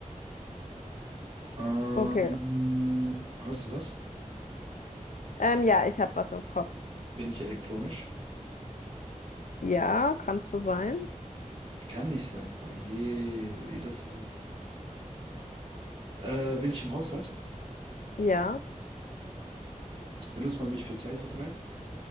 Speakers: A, on the right; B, on the left.
A: Ähm,
B: Okay.
A: hast du was?
B: Ähm, ja, ich habe was im Kopf.
A: Bin ich elektronisch?
B: Ja, kannst du sein?
A: Kann nicht sein. Oh je, wie das sowas. Äh, bin ich im Haushalt?
B: Ja.
A: Benutzt man mich für Zeitvertreib?